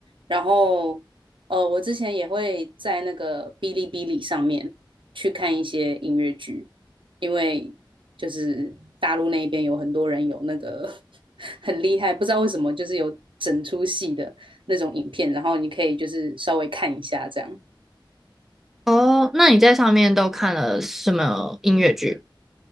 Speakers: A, on the right; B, in the centre.
A: 然后，呃，我之前也会在那个哔哩哔哩上面去看一些音乐剧，因为就是大陆那边有很多人有那个 <laughs> 很厉害，不知道为什么就是有整出戏的那种影片，然后你可以就是稍微看一下这样。
B: 哦，那你在上面都看了什么音乐剧？